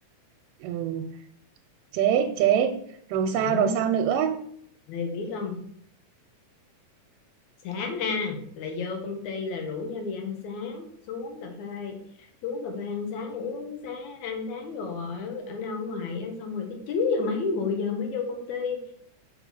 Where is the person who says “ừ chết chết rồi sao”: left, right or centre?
Right